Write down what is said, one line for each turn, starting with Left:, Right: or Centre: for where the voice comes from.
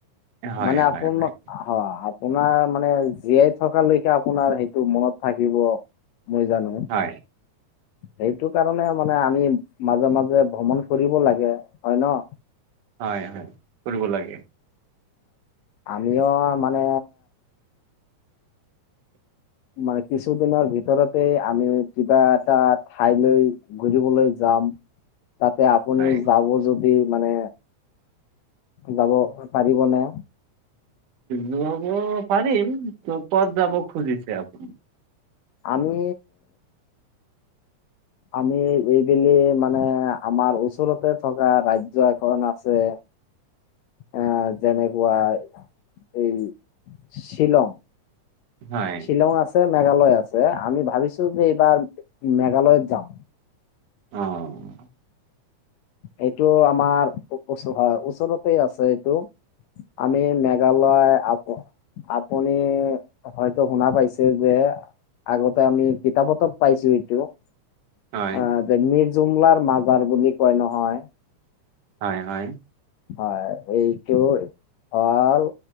Right: হয় হয়
Left: মানে আপোন
Right: হয়
Left: অ'। আপোনাৰ মানে জীয়াই থকালৈকে আপোনাৰ সেইটো মনত থাকিব। মই জানো
Right: হয়
Left: সেইটো কাৰণে মানে আমি মাজে, মাজে ভ্ৰমণ কৰিব লাগে হয় ন।
Right: হয়, হয় কৰিব লাগে।
Left: আমিও মানে
Right: <inaudible>
Left: মানে কিছুদিনৰ ভিতৰতে আমি কিবা এটা ঠাইলৈ গুৰিবলৈ যাম।
Right: <inaudible>
Left: তাতে আপুনি
Right: হয়
Left: যাব যদি এই মানে যাব পাৰিবনে?
Right: যাব পাৰিম, ত' ক'ত যাব খুজিছে আপুনি?
Left: আমি আমি এইবেলি মানে আমাৰ ওচৰতেই থকা ৰাজ্য এখন আছে।
Right: <unintelligible>
Left: অহ, যেনেকুৱা এই শ্বিলং।
Right: হয়।
Left: শ্বিলং আছে, মেঘালয় আছে, আমি ভাবিছোঁ যে এইবাৰ মেঘালয়ত যাওঁ।
Right: অহ।
Left: এইটো আমাৰ কচু হ ওচৰতেই আছে এইটো, আমি মেঘালয় আ আপুনি হয়তো শুনা পাইছে যে আগতে আমি কিতাপটো পাইছোঁ এইটো।
Right: হয়
Left: অহ, যে মিৰ্জুমলাৰ মাজাৰ বুলি কয় নহয়।
Right: হয় হয়
Left: হয়, এই তেওঁৰ হ'ল